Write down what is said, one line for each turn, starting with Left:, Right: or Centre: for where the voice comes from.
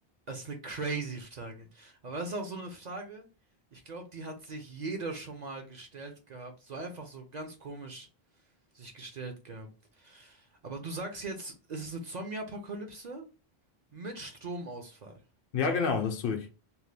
Right: das ist eine crazy Frage. Aber das ist auch so eine Frage, ich glaube, die hat sich jeder schon mal gestellt gehabt. So einfach so ganz komisch sich gestellt gehabt. Aber du sagst jetzt, es ist eine Zombie-Apokalypse mit Stromausfall.
Left: Ja, genau, das tue ich.